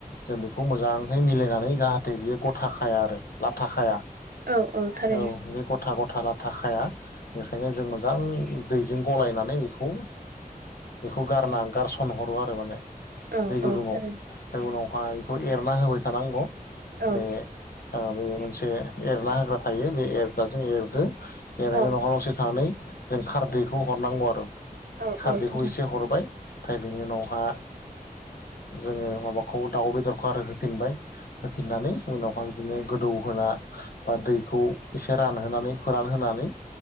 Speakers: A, on the left; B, on the right.
A: जों बेखौ मोजां हैय मिलायनानै जाहाथे बियो गथाखाया आरो लाथाखाया
B: औ थारैनो
A: औ बे गथा गथा लाथा खाया बेखायनो जों मोजां मोजां दैजों गलायनानै बेखौ बेखौ गारना गारसनहरो आरो माने। दै
B: औ
A: गुदुङाव
B: औ थारैनो
A: दैगुदुआवहा बेखौ एरना होबाय थानांगौ
B: औ
A: बे ओ बे मोनसे एरना होग्रा थायो बे एरग्राजों एरदो जेरै
B: औ
A: <unintelligible> दसे थानानै जों खारदैखौ हरनांगौ आरो
B: औ
A: खारदैखौ
B: औ थारैनो
A: एसे हरबाय ओमफ्राय बेनि उनावहा जोङो माबाखौ दाउ बेदरखौ आरो होफिनबाय होफिननानै जोंनावहाय बिदिनो गोदौहोना बा दैखौ एसे रानहोनानै फोरानहोना होनानै